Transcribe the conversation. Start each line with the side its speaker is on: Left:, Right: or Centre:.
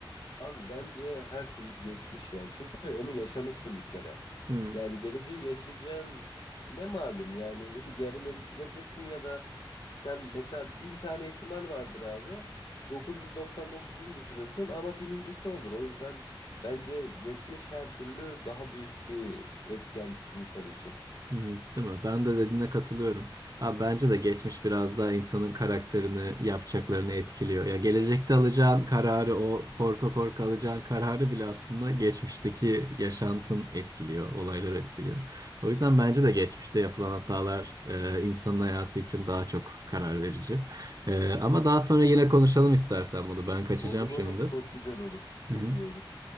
Left: Abi bence her türlü geçmiş ya. Çünkü onu yaşamışsın bir kere.
Right: Hmm.
Left: Yani geleceği yaşayacağın ne malum yani <laughs> yarın ölüp gidebilirsin ya da sen mesela bin tane ihtimal vardır abi. 999'unu düşünürsün ama binincisi olur. O yüzden bence geçmiş her türlü daha büyük bir etken insan için.
Right: Hı hı, Değil mi? Ben de dediğine katılıyorum. Ha, bence de geçmiş biraz daha insanın karakterini, yapacaklarını etkiliyor. Ya gelecekte alacağın kararı, o korka korka alacağın kararı bile aslında geçmişteki yaşantın etkiliyor, olaylar etkiliyor. O yüzden bence de geçmişte yapılan hatalar e, insanın hayatı için daha çok karar verici. E, ama daha sonra yine konuşalım istersen bunu. Ben kaçacağım
Left: Olur
Right: şimdi.
Left: olur çok güzel olur. Çok
Right: Hı hı.
Left: iyi olur.